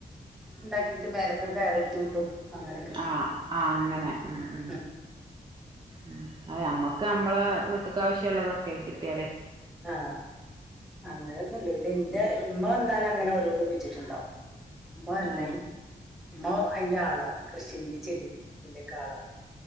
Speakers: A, in the centre; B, on the right.
A: ഉണ്ടാക്കി ഇട്ട മേലക് കയർടി വിട്ടും അങ്ങനെയൊക്കെ
B: ആ ആ അങ്ങനെ ഉ ഉ
A: ഉണ്ടാക്കും
B: ഉ അതമ്മക്ക് നമ്മളെ വീട്ടക്ക ആവശ്യമുള്ളള്ളതൊക്കെ കിട്ടിയാലേ
A: ആ അങ്ങനെന്നുംല്ല പിന്നെ ഇന്റെ ഇമ്മ വന്നാല അങ്ങനെ ഓരോന്ന് കുഴിച്ചിട്ടുണ്ടാക്കു ഉമ്മ
B: ആ
A: ആളാണ് കൃഷ്ന്റെ ചെടിയുടെ ആളാണ്